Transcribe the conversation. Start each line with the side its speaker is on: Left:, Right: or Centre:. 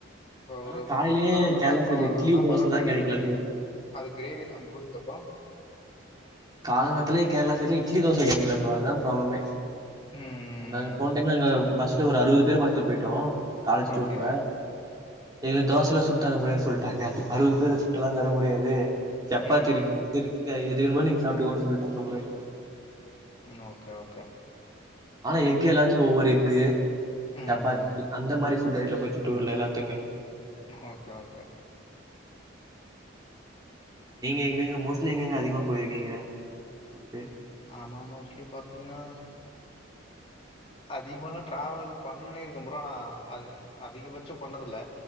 Left: இப்ப
Right: ஆனா
Left: ஒரு
Right: காலையிலயே
Left: பரோட்டா
Right: கேரளா
Left: நார்முலா
Right: சைடுல
Left: வாங்கறோனா
Right: இட்லி தோசல்லா
Left: பரோட்டா
Right: கெடைக்கல
Left: ரேட் கம்மி
Right: ப்ரோ
Left: அது கிரேவி தா <unintelligible>
Right: காலங் காத்தாளே இட்லி தோச கெடைக்கில ப்ரோ அதுதா ப்ராப்ளமே
Left: ம்.
Right: நாங்க போன டைம்லங்க பஸ்ல ஒரு அறுவது பேர் பஸ்ல போயிட்டோ காலேஜ் டூர்
Left: ஓகே.
Right: போற எங்ளுக்கு தோசயல்லா சுட்டு தர முடியாதுனு சொல்ட்டாங்க அறுவது பேர் சுட்டெல்லா தர முடியாது சப்பாத்தி
Left: ம்.
Right: இருக்கு இது இருக் இங்க எது வேனுமோ நீங்க சாப்பிட்டுக்கோனு சொல்ட்டாங்க ப்ரோ எங்ளுக்
Left: ம் ஓகே ஓகே
Right: ஆனா எஃக் எல்லாத்துக்கு ஒவ்வொரு எஃக்
Left: ம்.
Right: சப்பாத்தி அந்த மாரி ஃபுட் ஃபுட் டைட்ல போயிடுச்சு எல்லாத்துக்குமே
Left: ஓகே ஓகே
Right: நீங்க எங்கெங்க மோஸ்ட்லி எங்கெங்க அதிகமா போயிருக்கீங்க டூருக்கு
Left: ஆமா நா மோஸ்ட்லி பாத்தீங்ன்னா அதிகமால்லா ட்ராவல் பண்ணியிருக்கே ப்ரோ நா அதிகபட்சோ பண்ணதில்ல